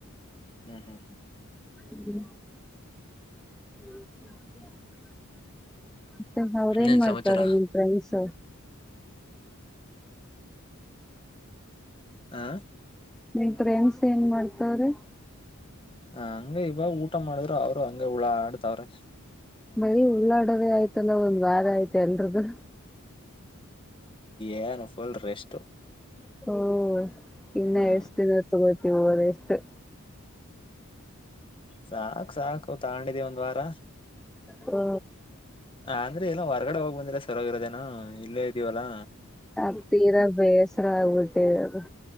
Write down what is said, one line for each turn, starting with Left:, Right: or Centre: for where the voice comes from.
Left: ಹ್ಮ್ ಹ್ಮ್ ಹ್ಮ್
Centre: ಹ್ಮ್ ಹ <unintelligible> ಅವರೇನು
Left: ಇನ್ನೇನ್
Centre: ಮಾಡ್ತಾರಾರೆ
Left: ಸಮಾಚಾರ
Centre: ನಿಮ್ ಫ್ರೆಂಡ್ಸ್
Left: ಹಾ
Centre: ನಮ್ ಫ್ರೆಂಡ್ಸ್ ಏನ್ ಮಾಡತಾವ್ರೆ
Left: ಹ ಹಂಗ ಇವಾಗ ಊಟ ಮಾಡಿದ್ರರು ಅವ್ರು ಹಂಗ ಉಳ ಆಡ್ತವ್ರ
Centre: ಬರೀ ಉಳ್ಳಾಡೋದೇ ಆಯ್ತಂದ ಒಂದ್ ವಾದ ಆಯ್ತೆ ಎಲ್ರದದು
Left: ಏನು ಫುಲ್ ರೆಸ್ಟ್
Centre: ಹ್ಮ ಇನ್ನು
Left: ಹ್ಮ್
Centre: ಎಷ್ಟ ದಿನ ತಗೋತೀವಿರ ಎಷ್ಟು
Left: ಸಾಕ್ು ಸಾಕು ತಗೊಂಡಿದೀ ಒಂದ್ ವಾರ
Centre: ಹ್ಮ
Left: ಹ ಅಂದ್ರೆ ಇಲ್ಲ ಹೊರ್ಗಡೆ ಹೋಗ್ ಬಂದಿ್ರ ಸರಾಗಿರೋದೇನ ಇಲ್ಲೇ ಇದೀವಲ್ಲಾ
Centre: ಆ ತೀರ ಬೇಸರ ಉಊಟೆ ಅ